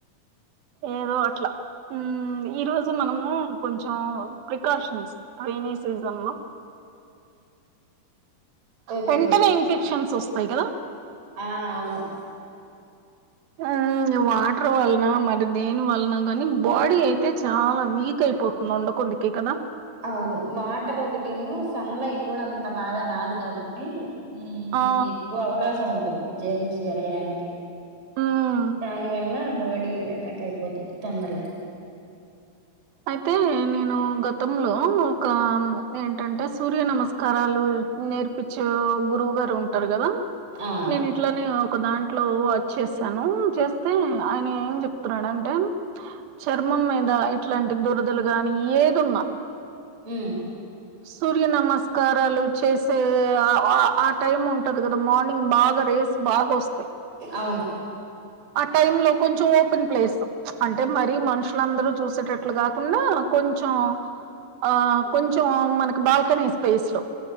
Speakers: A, on the right (about 75°); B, on the right (about 40°).
A: ఏదో అట్లా ఉమ్ ఈ రోజు మనము కొంచావ్ ప్రికాషన్స్ రైైని సీజన్ లో
B: ఓకే
A: వెంటనే
B: ఓకే
A: ఇన్ఫెక్షన్స్ ఒస్తే కద
B: ఆ అవును
A: ఉమ్ వాటర్ వల్న మరి దేని వల్నో గానీ బోడి అయితే చాలా వీక్ అయిపో మండు కొంది కికేనా
B: అవును వాటర్ ఒకటిను సన్లైట్ గుడా అంత బాగా రాదు కాబట్టి ఈ ఉ వీటికి
A: ఆ
B: ఎక్వ అవకాశం ఉంటది జర్నీస్ వేరగడానికి
A: మ్మ్
B: దాని వల్ల బాడీ అటాక్ అయిపోతుంది తొందరగా
A: అయితే నేను గతంలో ఒక ఏంటంటే సూర్య నమస్ కరాలూ నేర్పించే గురువు గారు ఉంటరు గదా
B: ఆ
A: నేను ఇట్లానే ఒక దాన్ ట్లో అచ్చేసాను చేస్తే ఆయిన ఏం జేప్తున్నాడంటే చర్మం మీద ఇట్లాంటి దురదలు గానీ ఏదున్నా
B: ఉ
A: <inaudible> సూర్య నమస్కారాలు చేసే ఆ వ ఆ టైం ఉంటది గదా మొనింగ్ బాగా రేసి బాగొస్తయ్
B: అవును
A: ఆ టైమ్ లో కొంచం ఓపెన్ ప్లేసు అంటే మరీ మనుషులందరూ చూసేట్టు అట్లా గాకూంనా కొంచవ్ ఆ కొంచవ్ మనకి బాల్కనీ స్పేస్ లో